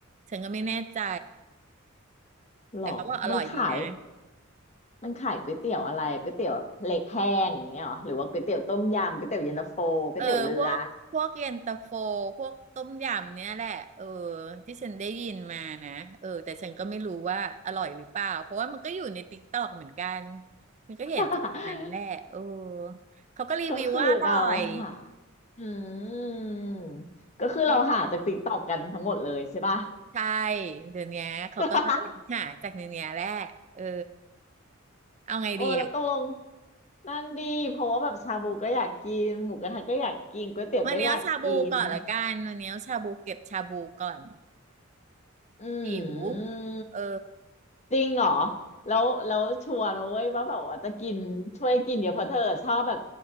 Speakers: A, on the right; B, on the left.
A: ฉันก็ไม่แน่ใจ
B: หรอมันขาย
A: แต่เขาบอกอร่อยดีนะ
B: มันขายก๋วยเตี๋ยวอะไรก๋วยเตี๋ยวเล็กแห้งอย่างเงี้ยหรอหรือว่าก๋วยเตี๋ยวต้มยำก๋วยเตี๋ยวเย็นตาโฟก๋วยเตี๋ยวเรือ
A: เออพวกพวกเย็นตาโฟพวกต้มยำเนี่ยแหละเออที่ฉันได้ยินมานะเออแต่ฉันก็ไม่รู้ว่าอร่อยหรือเปล่าเพราะว่ามันก็อยู่ในติ๊กต็อกเหมือนกันมันก็เห็นจากนั้นแหละเออ
B: <laughs>
A: เขาก็รีวิวว่าอร่อย
B: ก็คือเราหาอืมก็คือเราหาจากติ๊กตอกกันทั้งหมดเลยใช่ป่ะ
A: เออใช่เดี๋ยวเนี้ยเขาก็
B: <laughs>
A: หาจากในเนี้ยแหละเออเอาไงดีอะ
B: โอ้เราตกลงนั่นดีเพราะว่าแบบชาบูก็อยากกินหมูกระทะก็อยากกินก๋วยเตี๋ยวก็อยากกิน
A: วันนี้เอาชาบูก่อนละกันวันนี้เอาชาบูเก็บชาบูก่อน
B: อื
A: หิว
B: ม
A: เออ
B: จริงเหรอแล้วแล้วชัวร์นะเว้ยว่าแบบว่าจะกินช่วยกินเดี๋ยวเพราะเธอชอบแบบ